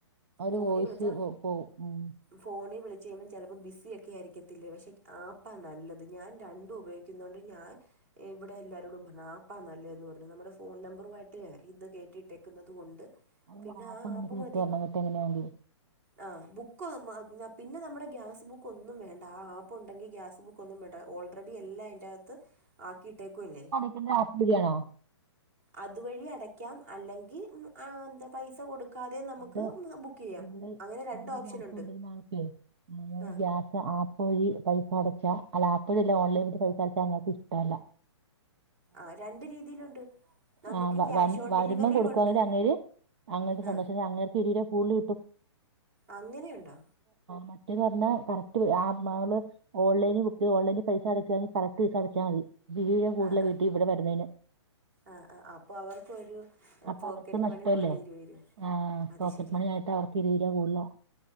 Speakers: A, on the right; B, on the right.
A: അവര്
B: ഫോണ
A: വോയിസ്
B: വിളിച്ച
A: പോവും ഉം
B: ഫോണിൽ വിളിച്ചച്ച് കഴിയുമ്പോം ചിലപ്പോ ബിസി ഒക്കെ ആയിരിക്കത്തില്ലേ പക്ഷെ ആപ്പാ നല്ലത് ഞാൻ രണ്ടും ഉപയോഗിക്കുന്ന കൊണ്ട് ഞാൻ ഇവിടെ എല്ലാരോടും പറഞ്ഞ ആപ്പാ നല്ലതന്ന് പറഞ്ഞു നമ്മുടെ ഫോൺ നമ്പറു ആയിട്ട് ഇത് കേട്ടിട്ടേക്കുന്നത് കൊണ്ട്
A: അല്ല
B: പിന്നെ
A: അപ്പൊ
B: ആ
A: നിനക്ക്
B: ആപ്പ് മതി
A: വിട്ടു തരണം എന്നിട്ട എങ്ങനെയണെങ്കിൽ
B: ആ ബുക്ക് പിന്നെ നമ്മുടെ ഗ്യാസ് ബുക്ക് ഒന്നും വേണ്ട ആ ആപ്പ് ഉണ്ടെങ്കിൽ ഗ്യാസ് ബുക്ക് ഒന്നും വേണ്ട ഓൾറെഡി എല്ലാം അതിറകത്ത് ആക്കിയിട്ടേക്കുംല്ലേ
A: പുതിയെ അപ്പ് വയിയാണോ
B: അതുവഴി അടയ്ക്കാം അല്ലെങ്കിൽ എന്താ പൈസ കൊടുക്ക ക്കാത നമുക്ക്
A: ഇവിടെ
B: ബുക്ക് ചെയ്യാം
A: ഇവിടെ
B: അങ്ങനെ രണ്ട്
A: ഇവിടെ
B: ഓപ്ഷന
A: ഗ്യാസ്
B: ഉണ്ട്
A: കൊണ്ടുവരുന്ന ആൾക്കേ ഞങ്ങള്
B: ആ
A: ഗ്യാസ് ആപ്പ് വഴി പൈസ അടച്ചാ അല്ല ആപ്പ്ഴിയല്ല ഓൺലൈൻ വട്ടി പൈസ അടച്ചാ അങ്ങൾക്ക് ഇഷ്ടമല്ല
B: ആ രണ്ട് രീതിയിലുണ്ട് നമുക്ക്
A: ആഹ
B: ക്യാഷ്
A: വ
B: ഓൺ
A: വരുമ്പം
B: ഡെലിവറിയും
A: കൊടുക്കുവാെങ്കിൽ
B: ഉണ്ട്
A: അങ്ങേര് അങ്ങക്ക്
B: ആ
A: സന്തോശം അങ്ങേക്ക് ഇരുപരെ കൂടുതല് കിട്ടും
B: അങ്ങനെയുണ്ടോ
A: മറ്റേ പറഞ്ഞാൽ കറക്റ്റ് നാള് ഓൺലൈ ഇത്ഓൺൈനി പൈസടക്കാ കറക്റ്റ് പൈസ അടച്ചാൽ മതി വീഴും കൂടുതല
B: ആ ആ
A: വീട്ട ഇവിടെരുന്നതിന്
B: ആ ആ അപ്പൊ അവർക്കരു
A: അപ്പൊ
B: പോക്കറ്റ്
A: അവർക്ക് നഷ്ടമല്ലേ
B: മണി പോലെ ഇരുവ വരുവ
A: ആഹ്
B: അത്
A: പോക്കറ്റ്
B: ശരി
A: മണി ആയിട്ട് അവർക്ക് ഇരുപത് രൂപ കൂടുതലാ